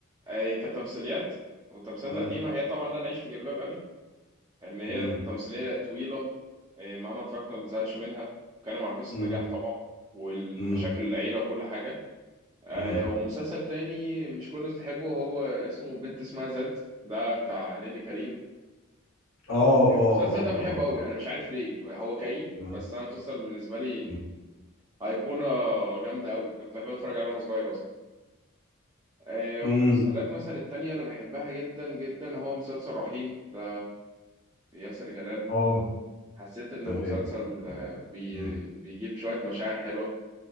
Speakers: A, on the right; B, on the left.
A: آه، كتمثيليات وتمثيلات
B: مم.
A: قديمه هي طبعا لا نعيش في جلباب ابي اللي
B: مم.
A: هي تمثيليه طويله آه، مهما اتفرجت ما بتزهقش منها بتتكلم عن قصه
B: مم.
A: نجاح طبعا والمشاكل
B: مم.
A: العيله وكل حاجه آه،
B: مم.
A: ومسلسل تاني مش كل الناس بتحبه هو اسمه بنت اسمها ذات ده بتاع نيلي كريم
B: اه اه
A: المسلسل
B: اه
A: ده بحبه
B: اه
A: قوي
B: اه
A: انا مش عارف ليه هو كئيب
B: تمام.
A: بس انا المسلسل بالنسبه لي
B: مم.
A: ايقونه جامده قوي انا كنت بحب اتفرج عليه وانا صغير اصلا آه،
B: مم.
A: ومسلسلات مثلا التانية اللي بحبها جدا جدا هو مسلسل رحيم ده ياسر جلال
B: اه
A: حسيت انه
B: تمام
A: مسلسل
B: تمام
A: آه، بي
B: مم.
A: بيجيب شويه مشاعر حلوه